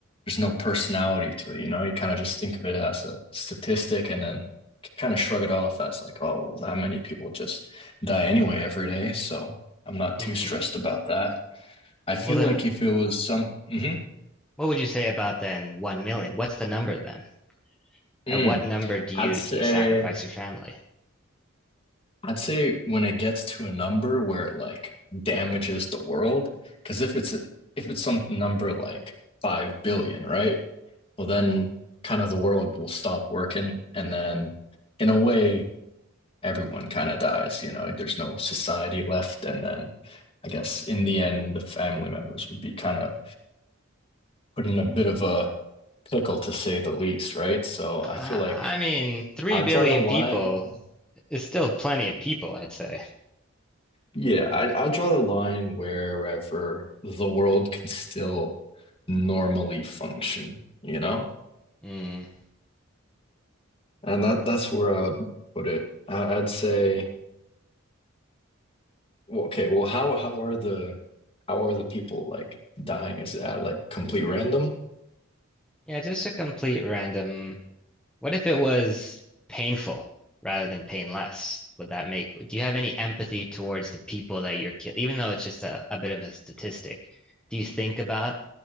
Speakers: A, on the left (about 25°); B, in the centre.
A: there's no personality to it. You know, you kind of just think of it as a statistic and then kind of shrug it off as like, oh, well, that many people just die anyway every day. So I'm not too
B: hmm
A: stressed about that. I feel
B: Well, then
A: like if it was some, Mhm.
B: what would you say about then 1 million? What's the number then?
A: Mm.
B: At what number do you
A: I'd say.
B: do you sacrifice your family?
A: I'd say when it gets to a number where it like damages the world, because if it's if it's some number like five billion, right? Well, then kind of the world will stop working, and then in a way, everyone kind of dies. You know, there's no society left, and then I guess in the end, the family members would be kind of put in a bit of a pickle to say the least, right? So
B: I,
A: I feel like
B: I mean, three
A: I
B: billion
A: draw the line
B: people is still plenty of people, I'd say.
A: Yeah, I, I'll draw the line wherever the world can still normally function, you know?
B: Mm.
A: And that that's where I would put it. I, I'd say, well, okay, well, how how are the how are the people like dying? Is that like complete random?
B: Yeah, just a complete random. What if it was painful rather than painless? Would that make, do you have any empathy towards the people that you're killing? Even though it's just a, a bit of a statistic, do you think about